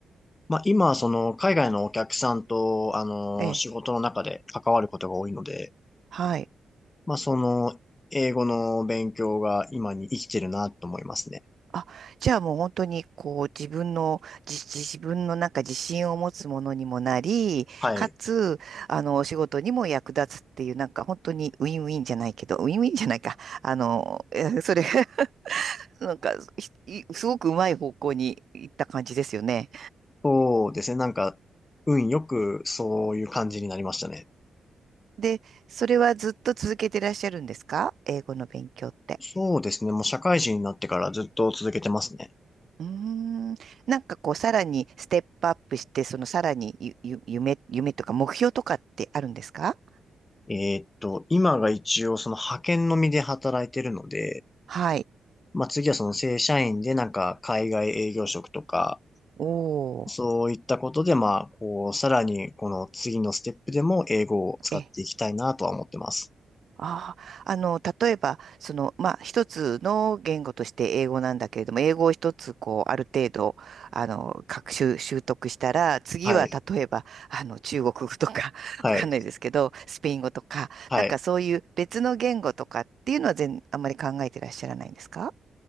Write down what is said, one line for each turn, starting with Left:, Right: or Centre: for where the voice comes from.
Left: まあ、今、その、海外のお客さんと、あの、
Right: ええ。
Left: 仕事の中で関わることが多いので、
Right: はい。
Left: まあ、その、英語の勉強が今に生きてるなと思いますね。
Right: あ、じゃあもう本当にこう自分の、じ、自分のなんか自信を持つものにもなり、
Left: はい。
Right: かつ、あの、お仕事にも役立つっていう、なんか本当にウィンウィンじゃないけど、ウィンウィンじゃないか。あの、え <laughs> それが <laughs> なんか、ひいすごくうまい方向に行った感じですよね。
Left: そうですね。なんか、運よくそういう感じになりましたね。
Right: で、それはずっと続けてらっしゃるんですか英語の勉強って。
Left: そうですね。もう社会人になってからずっと続けてますね。
Right: うーん、なんかこう、さらにステップアップして、そのさらにゆ、ゆ、夢、夢とか目標とかってあるんですか
Left: えーっと、今が一応その派遣のみで働いてるので、
Right: はい。
Left: まあ、次はその正社員でなんか海外営業職とか、
Right: おお、
Left: そういったことで、まあ、こう、さらに、この次のステップでも英語を使っていきたいなとは思ってます。
Right: え、ああ、あの、例えば、その、まあ、一つの言語として英語なんだけれども、英語を一つ、こう、ある程度、あの、学習、習得したら、次は、
Left: はい。
Right: 例えば、あの、中国語とか、<laughs>
Left: はい。
Right: わかんないですけど、スペイン語とか、
Left: はい。
Right: なんかそういう別の言語とかっていうのは全、あんまり考えてらっしゃらないんですか